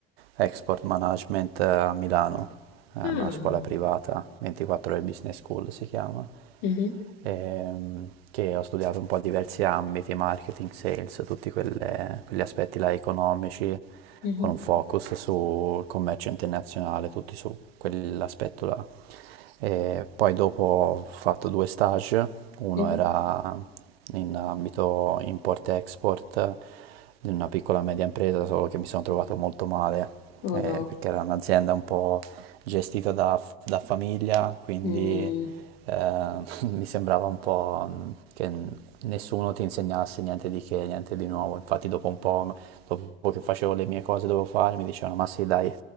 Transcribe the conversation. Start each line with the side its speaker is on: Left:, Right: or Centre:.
Right: eh, export management eh, a Milano, è
Left: ah,
Right: una scuola privata, 24 ore business school si chiama.
Left: mhm,
Right: ehm, che ho studiato un po' diversi ambiti, marketing, sales, tutti quelle- quegli aspetti là economici,
Left: mhm,
Right: con un focus sul commercio internazionale, tutti su quell'aspetto là. E poi dopo ho fatto due stage, uno
Left: mhm.
Right: era in ambito import-export, di una piccola e media impresa, solo che mi sono trovato molto male,
Left: Oh
Right: eh,
Left: no.
Right: perché era un'azienda un po' gestita da, da famiglia, quindi
Left: Mm.
Right: eh, <laughs> mi sembrava un po' che nessuno ti insegnasse niente di che, niente di nuovo. Infatti dopo un po', dopo che facevo le mie cose dovevo fare, mi dicevano, ma sì, dai,